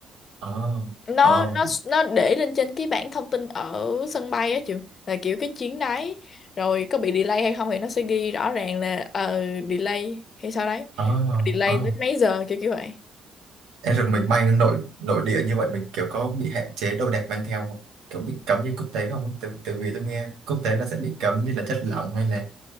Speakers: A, on the right; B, on the left.
A: ờ
B: nó
A: ờ
B: nó nó để lên trên cái bảng thông tin ở sân bay á trường là kiểu cái chuyến đấy rồi có bị delay hay không thì nó sẽ ghi rõ ràng là ờ delay hay sao đấy
A: ờ
B: delay
A: ờ
B: đến mấy giờ kiểu kiểu vậy
A: Ê, rồi mình bay nội nội địa như vậy mình kiểu có bị hạn chế đồ đạc mang theo không? Kiểu bị cấm như quốc tế không? á? Từ từ vì tôi nghe quốc tế là sẽ bị cấm như là chất lỏng hay là